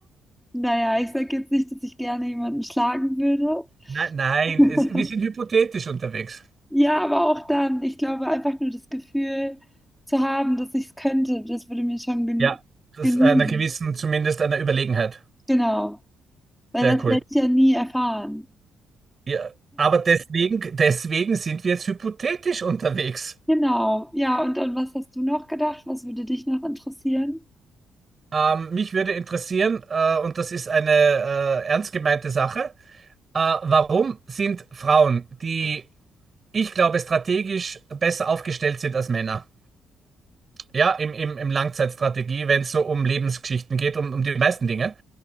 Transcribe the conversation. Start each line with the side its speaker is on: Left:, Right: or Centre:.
Centre: naja, ich sage jetzt nicht, dass ich gerne jemanden schlagen würde.
Right: Nein, nein,
Centre: <laughs>
Right: es, wir sind hypothetisch unterwegs.
Centre: Ja, aber auch dann, ich glaube, einfach nur das Gefühl zu haben, dass ich es könnte, das würde mir schon genü
Right: Ja, das
Centre: genügen.
Right: einer gewissen, zumindest einer Überlegenheit.
Centre: Genau, weil
Right: Sehr
Centre: das
Right: cool.
Centre: werde ich ja nie erfahren.
Right: Ja, aber deswegen, deswegen sind wir jetzt hypothetisch unterwegs.
Centre: Genau, ja, und, und was hast du noch gedacht? Was würde dich noch interessieren?
Right: Ähm, mich würde interessieren, äh, und das ist eine äh, ernst gemeinte Sache, äh, warum sind Frauen, die ich glaube strategisch besser aufgestellt sind als Männer? Ja, im, im, im Langzeitstrategie, wenn es so um Lebensgeschichten geht, um, um die meisten Dinge.